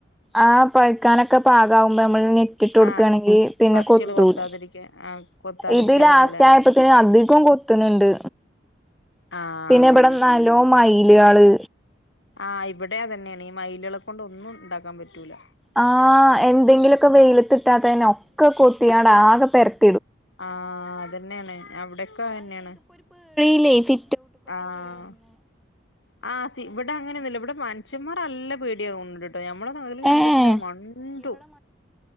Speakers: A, in the centre; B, on the left (about 70°).
A: ആ പവ്ക്കാനൊക്കെ പാകാവു മ്പോ മ്മള് നെറ്റ് കൊടുക്കുകയാണെങ്കിൽ
B: ആ
A: പിന്നെ
B: പക്ഷികള്
A: കൊത്തൂല
B: കൊത്താതിരിക്കാൻ ആ കൊത്താതിരിക്കാനൊക്കെല്ലേ
A: ഇത് ലാസ്റ്റ് ആയപ്പോത്തിന് അധിക് ഇപ്പോ കൊത്ത് ണ്ണ്ട്
B: ആ
A: പിന്നെ ഇബടെ
B: ആ
A: നല്ലോം മയി ലിയാള്
B: ആ ഇവിടെ അതെന്നെയാണ് മയിലെളെ കൊണ്ട് ഒന്നുംണ്ടാക്കാൻ പറ്റൂല്ല
A: ആ എന്തെങ്കിലുമൊക്കെ വെയിലത്തിട്ടാത്ത തന്നെ ഒക്കെ കൊത് ടാ ആക പെർക്
B: ആഹ അതന്നെയാണ് അവിടെയൊക്കെ തന്നെയാണ്
A: ല്ലേ ഫി
B: ആഹ ആ ഇവിടെ അങ്ങനെന്നല്ല ഇവിടെ വൻ അച്ഛ്മാർ നല്ല പേടിയാവണ്ട് ഞമ്മടെ നകല് കണ്ടിട്ടുണ്ട
A: ഏഹ്
B: മണ്ടു